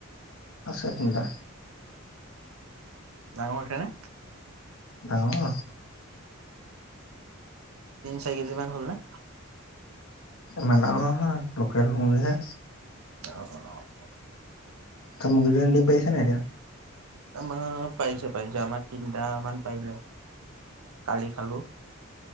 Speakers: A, on the left; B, on the right.
A: আছে তিনিটা
B: ডাঙৰ হৈছেনে?
A: ডাঙৰ
B: তিনি চাৰি কেজি মান হ'লনে?
A: আমিন ডাঙৰ নহয় লোকেল মূৰ্গীহে।
B: অ'-অ'
A: ত মূৰ্গীটোৱে কণী পাৰিছানে এতিয়া
B: আমাৰ পাইছে-পাইছে আমাৰ তিনিটামান পাৰিলে। কালি খালোঁ।